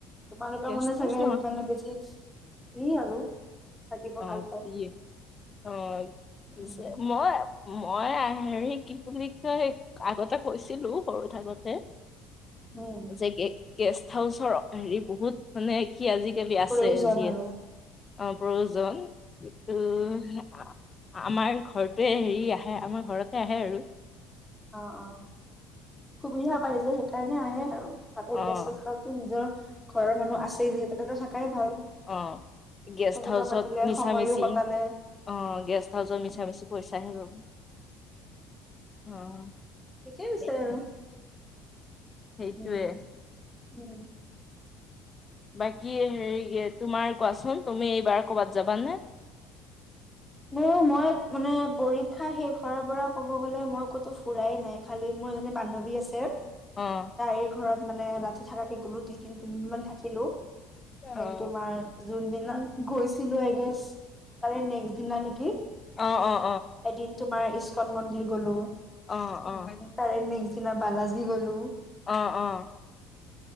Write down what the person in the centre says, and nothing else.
তোমালোকৰ
মানে চাগে
হেইত মানে বেছি ফ্ৰী আৰু থাকিব
ভাল
পায়
উম,
উম
ফুৰিও যোৱা
আৰু
অ' অ' সুবিধা পাই যে সেইকাৰণে আহে আৰু ভাবে
গেছ চেছ হাও নিজৰ ঘৰৰ মানুহ আছে যিহেতু তাতে থাক কাই ভাল কথা
চতা
পাতিলে
সময়ো কটালে।
উম
ঠিকে আছে
আৰু
উম, উম।
মোৰ মই মানে পৰীক্ষা শেষ হোৱাৰ পৰা ক'ব গ'লে মই ক'তো ফুৰাই নাই। খালি মোৰ এজনী বান্ধৱী আছে
তাইৰ ঘৰত মানে ৰাতি থাকাকে গলো দুই তিনিদিন মান থাকিলো।
যেন তোমাৰ যোনদিনা গৈছিলো এগেছ তাৰে নেক্স দিনা নেকি
এদিন তোমাৰ ইস্কন মন্দিৰ গলো।
তাৰে নেক্সট দিনা বালাজি গ'লো।